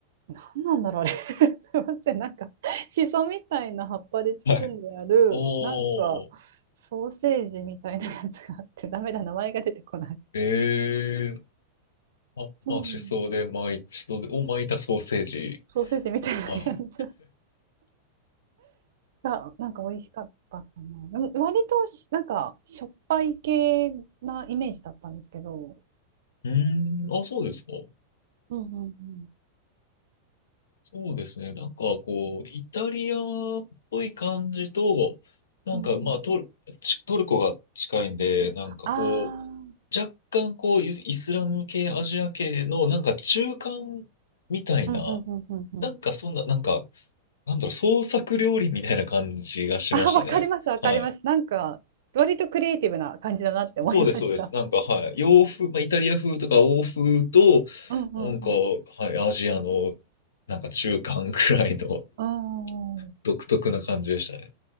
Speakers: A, on the right; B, on the left.
A: なんなんだろう、あれ。<laughs> すいません、なんか、シソみたいな葉っぱで包んである、
B: はい。おー。
A: なんか、ソーセージみたいなやつがあって、ダメだ、名前が出てこない。
B: ええあ、
A: うん、
B: まあ、しそで巻い、しそを巻いたソーセージ。
A: ソーセージみたいなやつ
B: はい。
A: が、なんか美味しかったかな。でも割とし、なんか、しょっぱい系なイメージだったんですけど。
B: うーん、あ、そうですか。
A: うんうんうん。
B: そうですね。なんか、こう、イタリアっぽい感じと、なんか、
A: うんうん。
B: まあ、トル、ちトルコが近いんで、なんかこう、
A: ああ、
B: 若干、こう、イスイスラム系、アジア系の、なんか中間みたいな、
A: うんうんうんうんうん。
B: なんかそんな、なんか、なんだろう、創作料理みたいな感じがしましたね。
A: あ、わかります、わかります。
B: はい。
A: なんか、割とクリエイティブな感じだなって思いました。
B: そうです、そうです。なんか、はい。洋風、まあ、イタリア風とか欧風と、
A: うんうん
B: なんか、はい、アジアの、なんか中間くらいの
A: うん。
B: <laughs>
A: うーん、
B: 独特な感じでしたね。